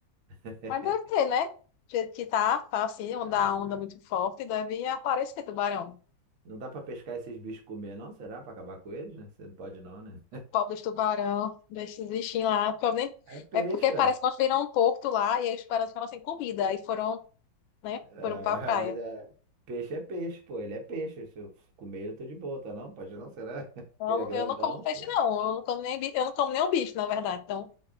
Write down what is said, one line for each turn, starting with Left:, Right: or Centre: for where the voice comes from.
Right: <laughs>
Left: Mas deve ter, né? Do jeito que tá, tá assim, onda,
Right: Cara,
Left: onda muito forte, deve aparecer tubarão.
Right: não dá pra pescar esses bichos e comer, não? Será? Pra acabar com eles, né? Você não pode, não, né?
Left: O povo dos tubarão, desses bichinhos lá, porque eu nem-
Right: É peixe,
Left: é porque parece
Right: é.
Left: que nós viram um porto lá e aí os tubarões ficaram sem comida. Aí foram né?
Right: É,
Left: Foram pra praia.
Right: <laughs> mas é. Peixe é peixe, pô. Ele é peixe. Se eu comer ele, eu tô de boa, tá não? Pode não, será? <laughs>
Left: Então,
Right: Ele é grandão,
Left: eu não como peixe,
Right: pô.
Left: não. Eu não como nem, bi- eu não como nem o bicho, na verdade. Então,